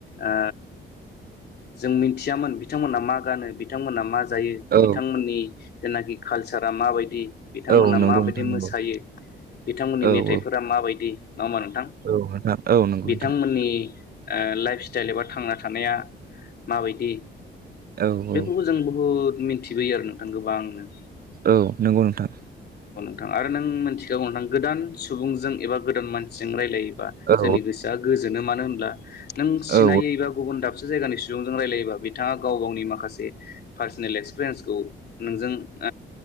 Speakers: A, on the left; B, on the right.
A: ओ जों मिथियामोन बिथांमोना मा गानो बिथांमोना मा जायो
B: औ
A: बिथांमोननि जेनाखि कालसारा माबायदि बिथांमोना
B: औ नंगौ
A: माबायदि
B: नोंथां
A: मोसायो
B: नंगौ
A: बिथांमोननि
B: औ
A: मेथाइफोरा
B: औ
A: माबायदि नङा होमा नोंथां
B: औ नोंथां औ नंगौ
A: बिथांमोननि
B: नोंथां
A: ओ लाइफ स्टाइल एबा थांना थानाया माबायदि
B: औ
A: बेफोरखौ
B: औ
A: जों बुहुद मिथिबोयो आरो नोंथां गोबांनो
B: औ नंगौ नोंथां
A: नोथां आरो नों मिथिखागौ नोंथां गोदान सुबुंजों एबा गोदान मानसिजों रायलायो बा
B: औ
A: जोंनि गोसोआ मानो होनब्ला नों सिनायै
B: औ
A: बा‌ गुबुन‌ दाबसे जायगानि सुबुंजों रायलायोबा बिथाङा गाव गावनि माखासे पार्सनेल एक्सपिरेनसखौ नोंजों ओ